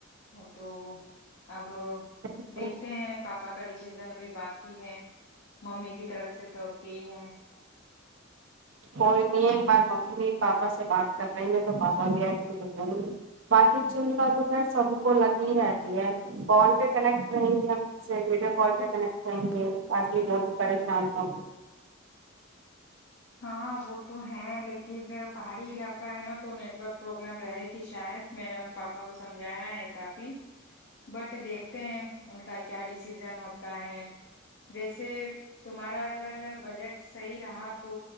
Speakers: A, on the left (about 60°); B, on the right (about 65°).
A: تو اب
B: ہے
A: دیکھتے ہیں پاپا کا ڈسیزن ابھی باقی ہے ممی کی طرف سے تو اے ہی ہیں
B: کو نہیں بات ممی نہیں پاپا سے بات کر رہی ہیں تو پاپا اور <unintelligible> چنتا تو ہے سب کو لگی رہتی ہے کال پہ کنیکٹ رہیں گیپ ویڈیو کال پہ کنیکٹ آائیں گے تاکی بہت ہی پریشان نہ
A: ہاں وہ تو ہے لیکن پہاڑی علاقہ ہے نا تو نیٹورک پرابلم رہے گی شاید میں نے ان پاپا کو سمجھایا ہے کافی بٹ دیکھتے ہیں ان کا کیا ڈیسیزن ہوتا ہے ویسے تمہارا اگر بجٹ صحیح رہا تو